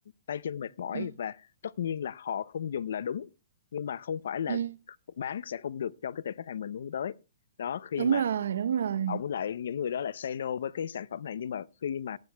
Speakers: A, on the left (about 70°); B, on the right (about 75°).
A: tay chân mệt mỏi
B: ừ.
A: và tất nhiên là họ không dùng là đúng nhưng mà không phải là
B: Ừ,
A: bán sẽ không được cho cái tệp khách hàng mình hướng tới đó khi
B: đúng
A: mà
B: rồi, đúng rồi.
A: ổng lại những người đó lại say no với cái sản phẩm này nhưng mà khi mà